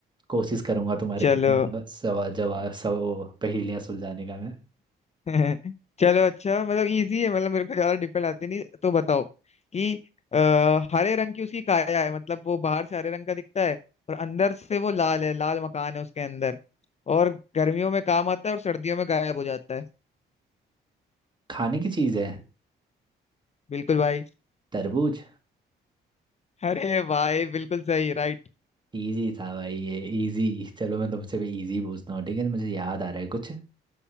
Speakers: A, on the right (about 25°); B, on the left (about 35°).
A: कोशिश करूंगा तुम्हारे
B: चलो
A: कठिन जवा- सवा जवाब सब पहेलियां सुलझाने का मैं
B: <laughs> चलो अच्छा मतलब इजी है मतलब मेरे को ज्यादा डिफिकल्ट आती नहीं तो बताओ कि आ, हरे रंग की उसकी काया है मतलब वो बाहर से हरे रंग का दिखता है और अंदर से वो लाल है लाल मकान है उसके अंदर और गर्मियों में काम आता है और सर्दियों में गायब हो जाता है
A: खाने की चीज है
B: बिल्कुल भाई
A: तरबूज
B: अरे भाई बिल्कुल सही राइट
A: इजी था भाई ये इजी चलो मैं तुमसे भी इजी पूछता हूँ ठीक है मुझे याद आ रहा है कुछ